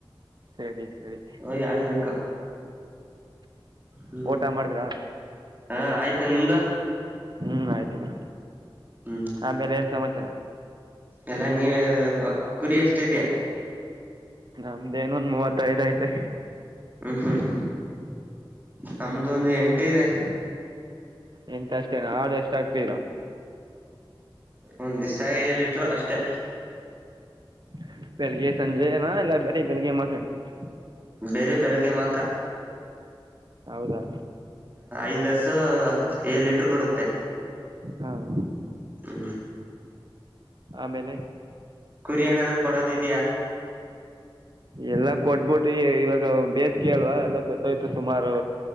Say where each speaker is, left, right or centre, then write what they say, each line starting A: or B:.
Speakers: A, on the right; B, on the right.
A: ಸರಿ ಸರಿ
B: ಹಯ ಆಗ್ಬೇಕ ಹ್ಮ್
A: ಊಟ ಮಾಡಿದ್ರಾ
B: ಹಾ ಆಯ್ತಾ ನಿಮ್ದ.
A: ಹ್ಮ್ ಆಯ್ತು ಬ್ರ.
B: ಹ್ಮ್
A: ಆಮೇಲೆ ಏನ್ ಸಮಾಚಾರ.
B: ಎಲ್ಲಾ ನೀವ ಯರ್ಬೇಕ ಕುರಿ ಎಷ್ಟಿದ್ಯಾ.
A: ನಮ್ದೇನೊಂದ್ ಮೂವತ್ತ ಐದ್ ಐ್ತೆ.
B: ಹ್ಮ್ ಹ್ಮ್. ನಮ್ದು ಒಂದು ಎಂಟ ಇದೆ.
A: ಎಂತ ಅಷ್ಟ. ಆಾಡು ಎಷ್ಟಾಗಗ್ತೀರಾ.
B: ಒಂದ್ ದಿವಿಸ ಎ ಇಟ್ರು ಅಷ್ಟೆ.
A: ಹ. ಬೆಳಗ್ಗೆಜೆಏ ಎಲ್ಲ ಬೇರೆ ಬೆಳಗ್ಗೆ ಮತ್ತೆ. ಸ.
B: ಬೇರೆ ಬೆಳಗ್ಗೆ ಮಾತ್ರ.
A: ಹೌದಾ.
B: ಐದ್ಸು ಏಳ್ ಲಿಟ್ರ ಕೊಡುತ್ತೆ.
A: ಹಾಂ.
B: ಹ್ಮ್
A: ಆಮೇಲೆ.
B: ಕುರಿ ಏನಾದ್ರರು ಕೊಡೋದಿದ್ಯಾಾ.
A: ಎಲ್ಲಾ ಕೊಡ್ಬಿಟ್ಟು ಇವಾಗ. ಬೇಸಗೆ ಅಲ್ವಾ ಎಲ್ಲ ಸತ್ತೋಯ್ತು ಸುಮಾರು